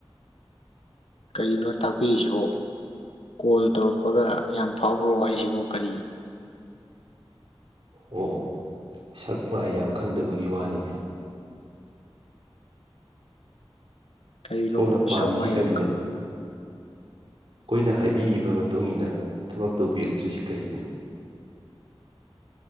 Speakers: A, on the left; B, on the right.
A: ꯀꯔꯤꯅꯣ ꯇꯥꯛꯄꯤꯔꯤꯁꯤꯕꯨ ꯀꯣꯜ ꯇꯧꯔꯛꯄꯒ ꯌꯥꯝ ꯐꯥꯎꯕ꯭ꯔꯣ ꯍꯥꯏꯁꯤꯕꯨ ꯀꯔꯤ
B: ꯑꯣ ꯑꯣ ꯁꯛ ꯃꯥꯏ ꯌꯥꯝ ꯈꯪꯗꯕꯒꯤ ꯋꯥꯅꯤꯅꯦ
A: ꯀꯔꯤꯅꯣ
B: ꯁꯣꯝꯅ ꯄꯥꯝꯃꯤꯁꯤ
A: ꯁꯛ ꯃꯥꯏ
B: ꯀꯔꯤꯅꯣ
A: ꯌꯥꯝ ꯈꯪ-
B: ꯑꯩꯈꯣꯏꯅ ꯍꯥꯏꯕꯤꯈꯤꯕ ꯃꯇꯨꯡ ꯏꯟꯅ ꯊꯕꯛ ꯇꯧꯕꯤꯔꯛꯇ꯭ꯔꯤꯁꯤ ꯀꯔꯤꯒꯤꯅꯣ